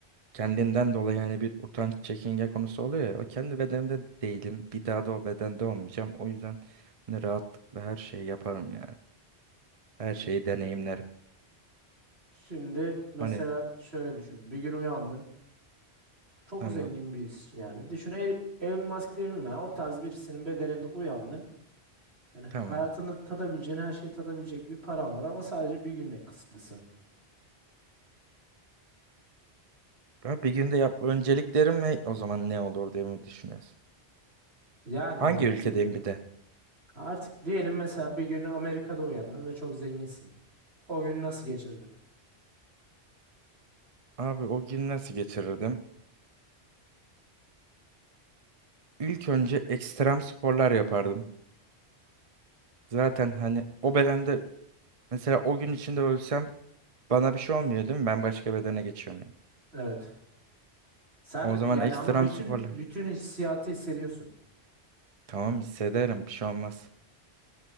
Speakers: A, on the right (about 35°); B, on the right (about 70°).
A: kendinden dolayı hani bir utanç çekinge konusu oluyor ya. O kendi bedenimde değilim. Bir daha da o bedende olmayacağım. O yüzden hani rahatlıkla her şeyi yaparım yani. Her şeyi
B: E,
A: deneyimlerim.
B: Şimdi mesela
A: Hani
B: şöyle düşün. Bir gün uyandın. Çok
A: tamam
B: zengin birisi yani. Düşün El- Elon Musk demeyeyim ya. O tarz birisinin bedeninde uyandın. Yani hayatını
A: tamam.
B: tadabileceğin her şeyi tadabilecek bir paran var ama sadece bir günle kısıtlısın.
A: Abi bir günde yap önceliklerim ne? O zaman ne olur diye mi düşünüyorsun?
B: Yani
A: Hangi
B: ya bilmiyorum.
A: ülkedeyim bir de?
B: Artık diyelim mesela bir gün Amerika'da uyandın ve çok zenginsin. O gün nasıl geçirdin?
A: Abi o gün nasıl geçirirdim? İlk önce ekstrem sporlar yapardım. Zaten hani o bedende mesela o gün içinde ölsem bana bir şey olmuyor değil mi? Ben başka bedene geçiyorum yani.
B: Evet. Sen
A: O zaman
B: yani
A: ekstrem
B: ama bütün
A: sporlar.
B: bütün hissiyatı hissediyorsun.
A: Tamam hissederim bir şey olmaz.